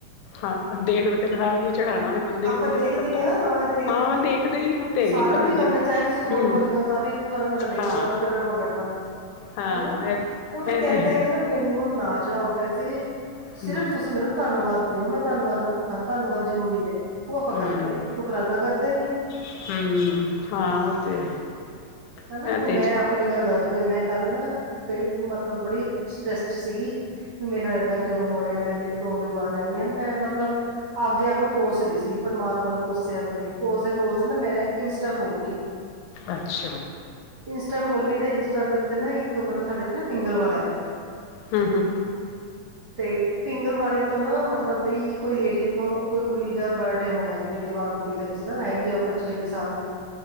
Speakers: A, on the left; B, on the right.
A: ਹਾਂ। ਦੇਣ ਵਕਤ ਤਾਂ, ਹ ਵੀ ਚੜਾਉਣਾ। ਮੰਦਿਰ
B: ਆਪਾਂ
A: ਮੰਦਿਰ
B: ਦੇਖਦੀ
A: ਦਾ ਬੰਦਾ
B: ਹਾਂ, ਹਾਂ ਦੇਖਦੀ ਹਾਂ।
A: ਦੇਖਦਾ ਹੀ ਆ ਉਹ ਤੇ ਆਈਏ
B: ਸਾਰਨ
A: ਪੱਲੇ
B: ਦੀ ਗੱਲ
A: ਦੇ
B: ਹੈ। ਚਾਹੇ ਤੁਸੀਂ ਕਰੋੜਪਤੀ
A: ਹਮ
B: ਹੋ। ਤਾਂ ਵੀ ਤਾਂ ਵੀ ਬੰਦਾ ਦੇਖੂਗਾ।
A: ਹਾਂ
B: ਦਸ ਰੁਪਏ ਦਾ ਨੋਟ ਕੱਢਾ ਮੈਂ।
A: ਹਾਂ
B: ਹਨਾ
A: ਇਹ
B: ਉਹ ਤਾਂ,
A: ਇਹ
B: ਕਹਿੰਦਾ
A: ਤੇ ਹੈ
B: ਕਹਿੰ ਦਾ, ਮੈਨੂੰ ਨਾ ਚੜਾਓ ਪੈਸੇ। ਸਿਰਫ
A: ਹੂੰ
B: ਤੁਸੀਂ ਮੈਨੂੰ ਧੰਨਵਾਦ ਦਿਓ। ਮੈਂ ਧੰਨਵਾਦ ਭ ਹਾਂ, ਧੰਨਵਾਦ ਜ਼ਰੂਰੀ ਹੈ। ਉਹ ਆਪਾਂ,
A: ਹੂੰ
B: ਕਰਦੇ ਨੀ। ਸੁਕਰਾਨਾ ਕਰਦੇ ਨੀ
A: ਹੂੰ ਹਾਂ ਉਹ ਤੇ ਹੈ
B: ਹਨਾ
A: ਇਹ ਤੇ
B: ਮੈਂ
A: ਜੀ
B: ਆਪ ਆਪਣੀ ਗੱਲ ਦੱਸਦੀ ਹਾਂ। ਮੈਂ ਕੱਲ ਨਾ, ਮਤਲਬ ਬੜੀ ਸਟਰ੍ਰੈਸ ਚ ਸੀਗੀ। ਵੀ ਮੇਰਾ ਏਦਾਂ, ਕਿਉ ਹੋ ਰਿਹਾ। ਮੈ ਕਿਉਂ ਬਿਮਾਰ ਰਹਿੰਦੀ, ਹ ਹਨਾ। ਮੈਂ ਮਤਲਬ ਆਪਦੇ, ਆਪ ਨੂੰ, ਕੋਸ ਰਹੀ ਸੀ। ਪਰਮਾਤਮਾ ਨੂੰ ਕੋਸਿਆ ਮੈਨੇ। ਕੋਸ ਦੇ- ਕੋਸਦੇ ਨਾ, ਮੈਂ ਇੰਸਟਾ ਖੋਲ ਲਈ <inaudible>
A: ਅੱਛਾ।
B: ਇੰਸਟਾ ਖੋਲੀ ਤਾਂ, ਇੰਸਟਾ ਦੇ ਉੱਤੇ ਨਾ ਇੱਕ, ਮਤਲਬ ਸਾਡੇ ਇੱਥੇ ਨਾ, ਪਿੰਗਲਵਾੜਾ ਹੈਗਾ।
A: ਹੂੰ- ਹੂੰ।
B: ਤੇ ਪਿੰਗਲਵਾੜੇ, ਤੋਂ ਨਾ ਮਤਲਬ ਵੀ ਕੋਈ ਲੇਡੀ, ਇੱਥੋਂ ਕੋਈ ਕੁੜੀ ਦਾ ਬਰਡੇ ਹੋਣਾ। ਜਿਵੇਂ ਜਵਾਨ ਕੁੜੀ ਦਾ, ਕਿਸੇ ਦਾ ਹੈਗੀ, ਆ ਉਹ ਪੱਚੀ, ਛੱਬੀ ਸਾਲ ਦੀ